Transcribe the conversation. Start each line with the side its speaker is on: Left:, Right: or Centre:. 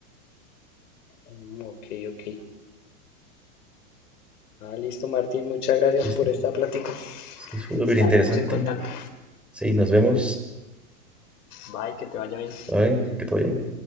Left: Mm, ok, ok. Ah, listo, Martín, muchas gracias
Centre: ¿Viste?
Left: por esta plática.
Centre: Sí, es súper
Left: Estaremos
Centre: interesante.
Left: en contacto.
Centre: Sí, nos vemos.
Left: Bye, que te vaya bien.
Centre: Bye, que todo bien.